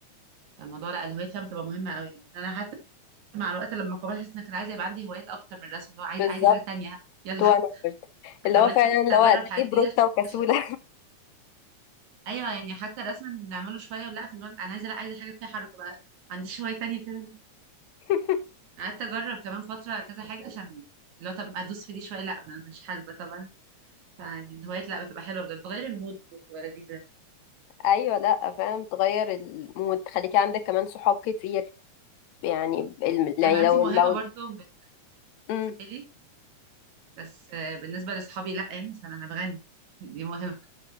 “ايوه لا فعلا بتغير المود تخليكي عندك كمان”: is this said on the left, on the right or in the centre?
Left